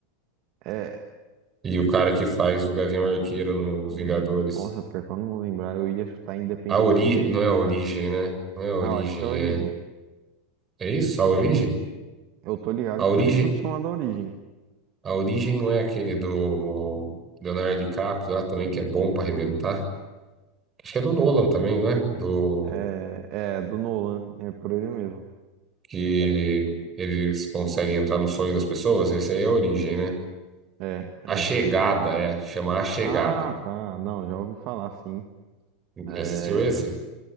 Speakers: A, on the right; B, on the right.
A: É.
B: e o cara que faz o Gavião Arqueiro nos Vingadores.
A: Nossa, pior que eu não vou lembrar. Eu ia chutar Independence
B: A ori...
A: Day,
B: Não é
A: mas.
B: a origem, né? Não é a origem,
A: Ah, eu acho que é a Origem.
B: é... É isso? A origem?
A: Eu tô ligado
B: A origem,
A: que tem um filme chamado A Origem.
B: a origem não é aquele do Leonardo DiCaprio lá também, que é bom para arrebentar? Acho que é do Nolan também, não é? Do...
A: É, é, do Nolan. É por ele mesmo.
B: Que eles conseguem entrar no sonho das pessoas. Esse aí é a origem, né?
A: É, é,
B: A Chegada,
A: é isso mesmo.
B: é. Chama A Chegada.
A: Ah, tá. Não, já ouvi falar, sim. É.
B: Assistiu esse?